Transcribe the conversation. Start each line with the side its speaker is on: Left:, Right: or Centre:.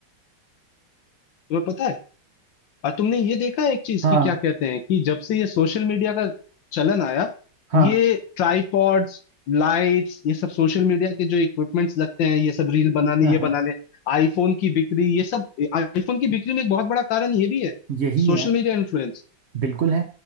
Left: तुम्हें पता है और तुमने ये देखा है एक चीज
Right: हाँ
Left: की क्या कहते हैं कि जब से ये सोशल मीडिया का चलन आया
Right: हाँ
Left: ये ट्राइपॉड्स लाइट्स ये सब सोशल मीडिया के जो इक्विपमेंट्स लगते हैं ये सब रील बनाने
Right: <laughs>
Left: ये बनाने आईफोन की बिक्री ये सब आईफोन की बिक्री में एक बहुत बड़ा कारण ये भी है
Right: यही
Left: सोशल
Right: है
Left: मीडिया इन्फ्लुएंस
Right: बिल्कुल है